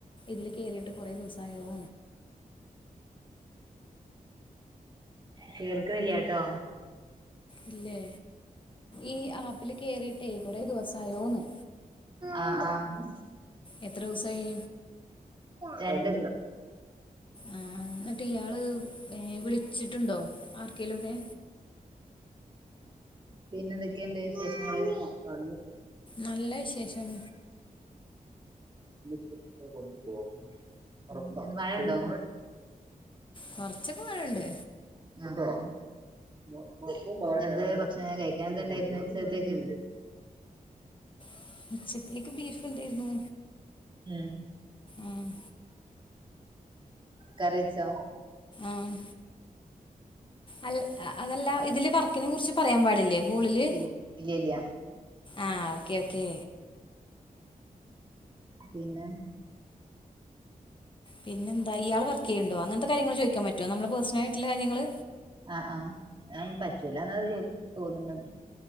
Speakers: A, on the left; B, on the right.
A: ഇതില് കേറീട്ട് കൊറെ ദിവസായോ
B: കേൾക്ക്ണില്യാട്ടോ
A: ഇല്ലേ ഈ ആപ്പില് കേറിയിട്ടേ കൊറേ ദിവസായോന്ന്
B: ആഹ് ആഹ്
A: എത്ര വു സായി
B: രണ്ട്
A: ആഹ് എന്നട്ട് ഇയാള് വിളിച്ചിട്ടുണ്ടോ ആർക്കേലും ഒക്കെ
B: പിന്നെ എന്തൊക്കെണ്ട് വിശേഷങ്ങള് അല്ല
A: നല്ല വിശേഷം
B: കുട്ടെ കൊണ്ടു പോകും <inaudible> മഴണ്ടൊ
A: കൊറച്ചൊക്കെ മഴണ്ട്
B: ആഹ് എന്തെ ഭക്ഷണം കഴിക്കണ്ന്തെ ഇന്നേ ചേത്തേക്ക്
A: <unintelligible> ബീഫ് ഉണ്ടായിരുന്നു
B: ഉം
A: ആഹ്
B: <inaudible> കറ്യച്ചോ
A: ആഹ് അൽ അതല്ല ഇതില് വർക്കിനെ കുറിച്ച് പറയാൻ പാടില്ലേ ഹൂളില്
B: ഇൽ ഇല്ല ഇല്ല
A: ആഹ് ഓക്കേ ഓക്കേ
B: പിന്നെ
A: പിന്നെന്താ ഇയാൾ വർക്കയ്യുണ്ടോ അങ്ങൻത്തെ കാര്യങ്ങൾ ചോയ്ക്കാൻ പറ്റോ നമ്മള് പേഴ്സണൽ ആയിട്ടുള്ള കാര്യങ്ങള്
B: ആഹ് ആഹ് പറ്റൂല ന്നത് തോന്ന്ണത്